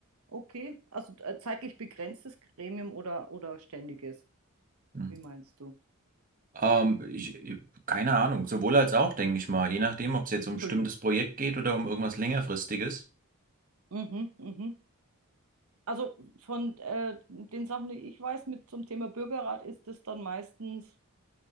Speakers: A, on the right (about 75°); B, on the right (about 35°).
A: okay, also äh, zeitlich begrenztes Gremium oder, oder ständiges,
B: Mhm.
A: wie meinst du?
B: Ähm, ich, ich- keine Ahnung, sowohl als auch, denke ich mal, je nachdem, ob es jetzt
A: Entschuldigung.
B: um ein bestimmtes Projekt geht oder um irgendwas längerfristiges.
A: Mhm, mhm. Also von äh, den Sachen, die ich weiß mit zum Thema Bürgerrat, ist das dann meistens,